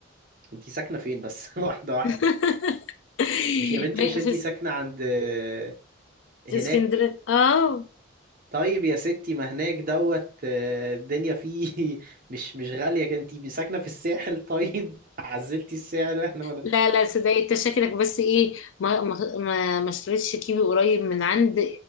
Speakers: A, on the right; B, on the left.
A: انت ساكنه فين بس <laughs> واحده واحده
B: <laughs>
A: مش يا بنتي
B: ما-
A: مش انتي
B: في
A: ساكنة عند آه، هناك
B: في اسكندرية اه
A: طيب يا ستي ما هناك دوت آه، الدنيا فيه <laughs> مش مش غالية انتي ساكنة في الساحل طيب <laughs> عزلتي السعر احنا ولا
B: لا لا صدقني انت شكلك بس ايه ما ما ما ما اشتريتش كيوي قريب من عند